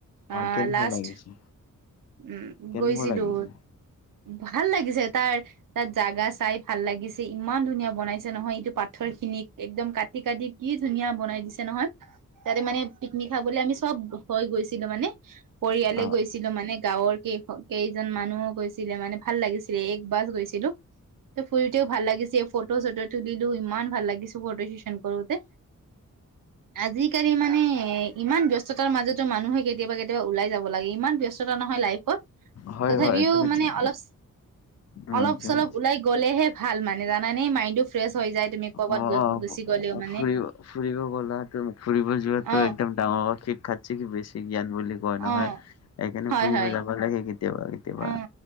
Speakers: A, on the right (about 80°); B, on the left (about 55°).
A: অ'
B: কেনেকুৱা
A: লাষ্ট
B: লাগিছে
A: উম'
B: কেনেকুৱা
A: গৈছিলোঁ।
B: লাগিছে
A: ভাল লাগিছে তাৰ তাত জাগা চাই ভাল লাগিছে, ইমান ধুনীয়া বনাইছে নহয় এইটো পাথৰ খিনিক একদম কাটি-কাটি কি ধুনীয়া বনাই দিছে নহয়। তাতে মানে পিকনিক খাবলৈ আমি চব হৈ গৈছিলোঁ মানে পৰিয়ালে
B: অ
A: গৈছিলোঁ মানে গাঁৱৰ কেই কেইজন মানুহো গৈছিলে মানে ভাল লাগিছিলে, এক বাছ গৈছিলোঁ। ত ফুৰিতেও ভাল লাগিছিল, ফটো চটো তো দিলো ইমান ভাল লাগিছো ফটো শুশন কৰোতে। আজি আজিকালি মানে এ ইমান ব্যস্ততাৰ মাজতো মানুহে কেতিয়াবা কেতিয়াবা ওলাই যাব লাগে, ইমান ব্যস্ততা নহয় লাইফত।
B: হয়
A: তথাপিও
B: হয় তুমি
A: মানে
B: ঠিক
A: অলপ,
B: উম
A: অলপ
B: তুমি
A: চলপ ওলাই গলেহে, ভাল মানে জানা নে, মা - টো ফ্ৰেছ হৈ যায়, তুমি কৰবাত
B: অ অ
A: গুচি গলে মানে,
B: ফুৰিব ফুৰিব গ'লা তুমি ফুৰিব যোৱাত
A: অ
B: তই একদম দা অ, <unintelligible> থাতচি, বেছি জ্ঞান বুলি। কয়
A: অ
B: নহয়, এইকাৰনে
A: হয়
B: ফুৰিব
A: হয়
B: যাব লাগে। কেতিয়াবা কেতিয়াবা,
A: উম,